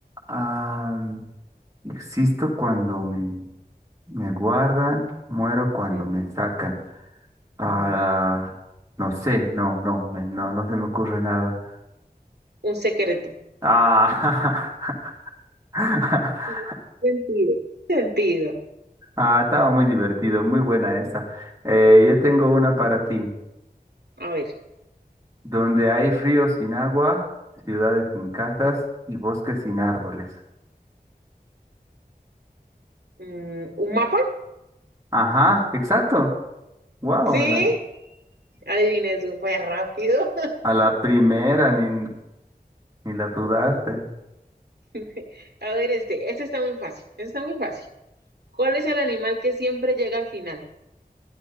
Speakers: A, on the right (about 20°); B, on the right (about 80°).
A: ah, existo cuando me, me guardan, muero cuando
B: Mm,
A: me sacan. Ah,
B: ujú.
A: no sé, no, no, me- no, no se me ocurre nada.
B: Un secreto.
A: Ah, <laughs>
B: Sí, Sentido. Sentido.
A: ah, estaba muy divertido, muy buena esa. Eh, yo tengo una para ti.
B: A ver.
A: Donde hay ríos sin agua, ciudades sin casas y bosques sin árboles.
B: mm, ¿Un mapa?
A: Ajá, exacto. Wow,
B: Sí,
A: a la,
B: adiviné súper rápido.
A: a la primera ni, ni la dudaste.
B: <laughs> A ver, este, este está muy fácil. Este está muy fácil. ¿Cuál es el animal que siempre llega al final?